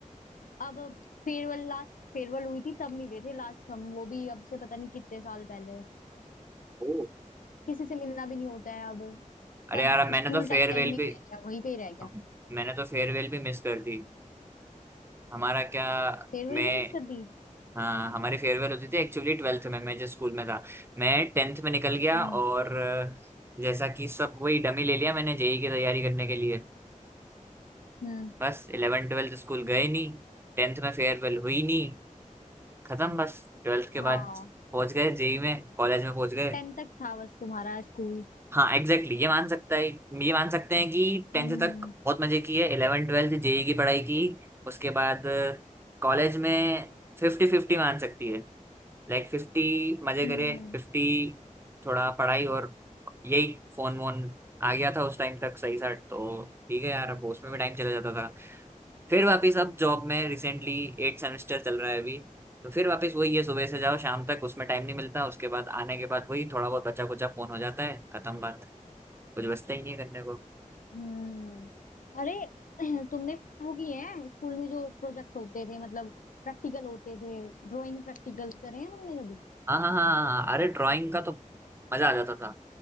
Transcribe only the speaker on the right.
ओ,
अरे यार मैंने
तो फेयरवेल
भी
हम- मैंने तो फेयरवेल भी मिस कर दी हमारा क्या
मैं
हाँ हमारी फेयरवेल होती थी एक्चुअली ट्वेल्थ में मैं जिस स्कूल में था मैं टेंथ में निकल गया
और अ, जैसा कि सब वही डमी ले लिया मैंने जेई की तैयारी करने के लिए
बस इलेवन ट्वेल्थ स्कूल गए नहीं टेंथ में फेयरवेल हुई नहीं खत्म बस ट्वेल्थ के
बाद पहुंच गए जेई में कॉलेज में पहुंच गए
हाँ एग्जैक्टली exactly, ये मान सकता है ये मान सकते हैं कि टेंथ
तक बहुत मजे की है इलेवन ट्वेल्थ जेई की पढ़ाई की उसके बाद कॉलेज में फिफ्टी फिफ्टी मान सकती है लाइक फिफ्टी मजे
करे फिफ्टी थोड़ा पढ़ाई और यही फोन वोन आ गया था उस टाइम तक सही सा तो ठीक है यार अब उसमें भी टाइम चला जाता था फिर वापस अब जॉब में रिसेंटली एट सेमेस्टर चल रहा है अभी तो फिर वापस वही है सुबह से जाओ शाम तक उसमें टाइम नहीं मिलता उसके बाद आने के बाद वही थोड़ा बहुत बचा कुचा फोन हो जाता है खत्म बात कुछ बचता ही नहीं है करने को
हाँ हाँ हाँ हाँ हाँ, अरे ड्राइंग का तो मजा आ जाता था